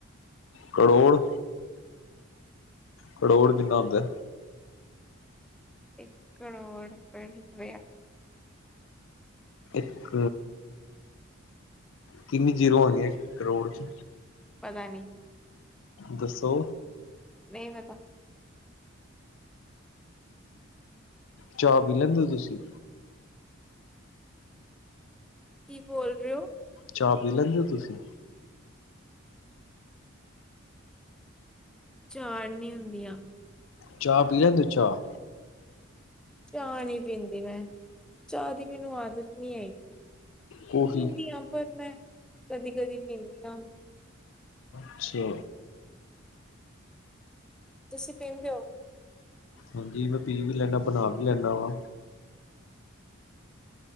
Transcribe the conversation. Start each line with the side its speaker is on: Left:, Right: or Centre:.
Left: ਕਰੋੜ- ਕਰੋੜ ਕਿਨਾ ਹੁੰਦਾ।
Centre: ਇੱਕ ਕਰੋੜ ਰੁਪਏ ਰੁਪਇਆ
Left: ਇੱਕ ਕਿੰਨੀ ਜੀਰੋ ਆਦੀਆਂ ਇੱਕ ਕਰੋੜ ਚ
Centre: ਪਤਾ ਨੀ
Left: ਦੱਸੋ?
Centre: ਨਹੀਂ ਪਤਾ,
Left: ਚਾਹ ਪੀ ਲੈਂਦੇ ਹੋ ਤੁਸੀਂ?
Centre: ਕੀ ਬੋਲ ਰਹੇ ਹੋ,
Left: ਚਾਹ ਪੀ ਲੈਂਦੇ ਹੋ ਤੁਸੀਂ?
Centre: ਝਾੜ ਨੀ ਹੁੰਦੀਆ।
Left: ਚਾਹ ਪੀ ਲੈਂਦੇ ਔ ਚਾਹ
Centre: ਚਾਹ ਨੀ ਪੀਂਦੀ ਮੈਂ ਚਾਹ ਦੀ ਮੈਨੂੰ ਆਦਤ ਨੀ ਹੈਗੀ।
Left: ਕੌਫੀ
Centre: ਪਿੰਦੀ ਆ ਪਰ ਮੈਂ ਕਦੀ-ਕਦੀ ਪੀਂਦੀ ਆਂ
Left: ਅੱਛਾ,
Centre: ਤੁਸੀਂ ਪਿਦੇ ਔ।
Left: ਹਾਂਜੀ ਮੈਂ ਪੀ ਵੀ ਲੈਨਾ, ਬਣਾ ਵੀ ਲੈਂਨਾ ਵਾ।